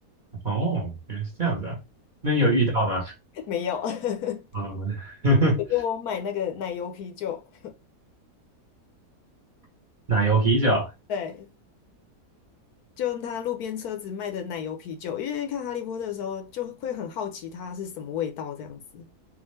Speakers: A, on the right; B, on the left.
A: 哦，原来是这样子啊，那你有遇到吗？
B: <laughs> 没有。<laughs>
A: 嗯，
B: 给我买那个奶油啤酒，
A: <laughs> 奶油啤酒
B: 对，就他路边车子卖的奶油啤酒，因为看《哈利波特》的时候就会很好奇它是什么味道这样子。